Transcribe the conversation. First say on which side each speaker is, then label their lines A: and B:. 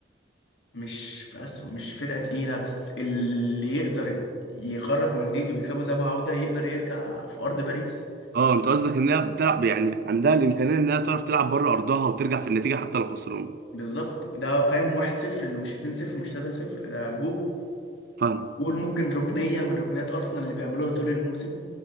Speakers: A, on the left; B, on the right.
A: مش في أسو مش فرقه تقيله بس اللي يقدر يخرج مدريد ويكسبوا ذهاب وعوده يقدر يرجع في ارض باريس
B: اه انت قصدك انها بتلعب يعني عندها الامكانيه انها تعرف تلعب بره ارضها وترجع في النتيجه حتى لو خسران
A: بالظبط ده فاهم 1-0 اللي مش 2-0 مش 3-0 ده جول
B: فاهم
A: قول ممكن ركنية من ركنيات أرسنال اللي بيعملوها طول الموسم